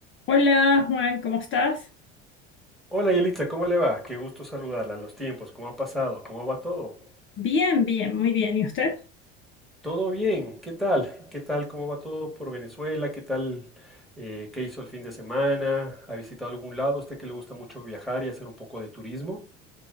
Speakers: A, on the left; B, in the centre.
A: Hola Juan, ¿cómo estás?
B: Hola Yelitza, ¿cómo le va? Qué gusto saludarla. Los tiempos, ¿cómo ha pasado? ¿Cómo va todo?
A: Bien, bien, muy bien. ¿Y usted?
B: Todo bien, ¿qué tal? ¿Qué tal? ¿Cómo va todo por Venezuela? ¿Qué tal? eh, ¿qué hizo el fin de semana? ¿Ha visitado algún lado? ¿A usted que le gusta mucho viajar y hacer un poco de turismo?